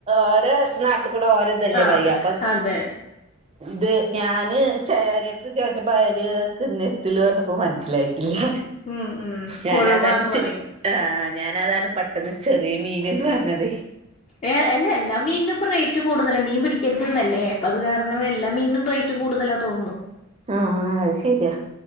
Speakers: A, on the right; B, on the left.
A: ഓരോ നാട്ട് കൂടെ ഓരോ ഇതല്ലേ
B: ആഹ്
A: പറയാ അപ്പൊ
B: അതെ
A: ത് ഞാന് ചിലരെടുത്ത് ചോദിച്ചപ്പോ അവര്ക്ക് നെത്തള് പറഞ്ഞപ്പോ മനസ്സിലായി യിട്ടല്ല
B: ഉം ഉം
A: ഞാനതണ്
B: കൊഴുവാന്ന്
A: ച്
B: പറയും
A: ആ ഞാാനതാണ് പ പെട്ടന്ന് ചെറിയ മീൻന്ന് പറഞ്ഞത്
B: ഏഹ് എല്ല എല്ലാ മീനും ഇപ്പൊ റേറ്റ് കൂടുതലാ, മീൻ പിടിക്കരുത് ന്നാല്ലേ അപ്പൊ അത് കാരണം എല്ലാ മീനിനും റേറ്റ് റ്റ് കൂടുതലാ തോന്നുന്നു
A: ആഹ് അത് ശരിയാ